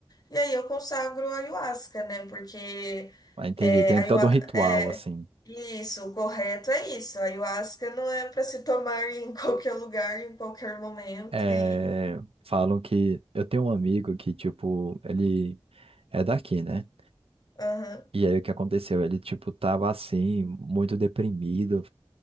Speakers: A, on the left; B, on the right.
A: E aí eu consagro a ayahuasca, né? Porque
B: Ah, entendi.
A: é,
B: Tem
A: a ayua-
B: todo um ritual,
A: é,
B: assim.
A: isso, o correto é isso. A ayahuasca não é para se tomar em <laughs> qualquer lugar, em qualquer momento.
B: É,
A: E,
B: falam que. Eu tenho um amigo que, tipo, ele é daqui, né?
A: aham.
B: E aí o que aconteceu? Ele, tipo, tava assim, muito deprimido.